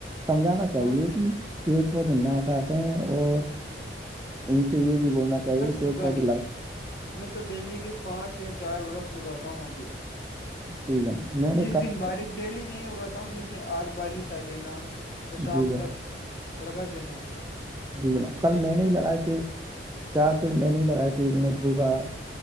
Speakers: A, on the right (about 15°); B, on the left (about 60°).
A: سمجھانا چاہیے
B: کوئی
A: کہ پیڑ پودے نہ کاٹے اور ان سے یہ بھی بولنا چاہیے پیڑ
B: سگے
A: پودے لگا
B: میں تو ڈیلی کے پانچ یا چار وورق اگاتا ہوں ابھی
A: جی جناب میں نے
B: جس
A: کل
B: دن بارش دہلی نہیں ہوگاتا ہوں جسے آج بارش آ گیا نا تو شام
A: جی جناب
B: تک لگا دیں گے
A: جی جناب کل
B: ایسے
A: میں نے
B: کرتے
A: لڑائے
B: ہیں
A: تھے چار پیڑ میں نے لگائی تھی ان نے بوکا